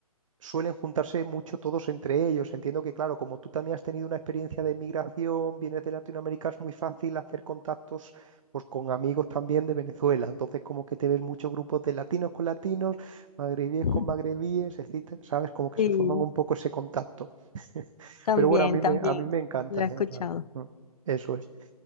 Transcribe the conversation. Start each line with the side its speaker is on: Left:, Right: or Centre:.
Right: suelen juntarse mucho todos entre ellos. Entiendo que, claro, como tú también has tenido una experiencia de migración, vienes de Latinoamérica, es muy fácil hacer contactos pues, con amigos también de Venezuela. Entonces, como que te ves muchos grupos de latinos con latinos, magrebíes
Left: <laughs>
Right: con magrebíes, etcétera, ¿sabes? Como que
Left: Sí,
Right: se forman un poco ese contacto.
Left: también,
Right: Pero bueno, a mí me,
Left: también,
Right: a mí me encanta,
Left: lo he escuchado.
Right: ¿eh? O sea, mm, eso es.